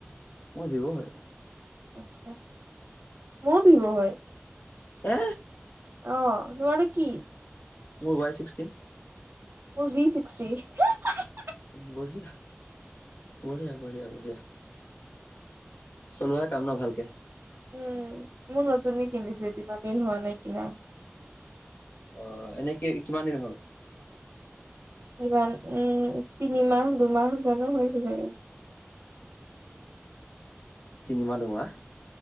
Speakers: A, on the left (about 50°); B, on the right (about 45°).
A: মোৰ ভিব' হয়
B: আটচ্চা মোৰো ভিব হয়
A: এ
B: অ তোমাৰ কি
A: মোৰ ৱাই ছিক্সটিন
B: মোৰ ভি ছিক্সটি <unintelligible>
A: বঢ়িয়া বঢিয়া বঢ়িয়া বঢ়িয়া চলোৱাই কাম ন ভালকে
B: উম মোৰ নতুনকে কিনিছো ইমান দিন হোৱা নাই কিনা
A: অ এনে কিমান দিন হল
B: ইমান উম তিনিমাহ দুমাহ জানো হৈছে চাগে <inaudible>
A: তিনিমাহ দুমাহ